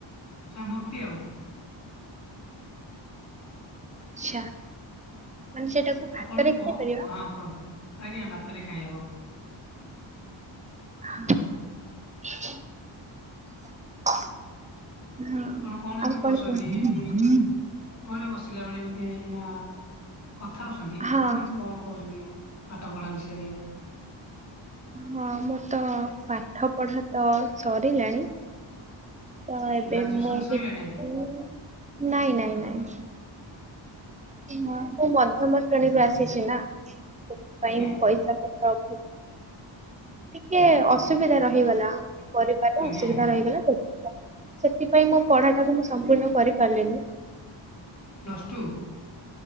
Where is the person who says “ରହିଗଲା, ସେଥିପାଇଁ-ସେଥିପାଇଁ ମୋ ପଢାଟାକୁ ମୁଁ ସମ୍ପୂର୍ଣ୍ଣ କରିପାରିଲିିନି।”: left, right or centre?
Right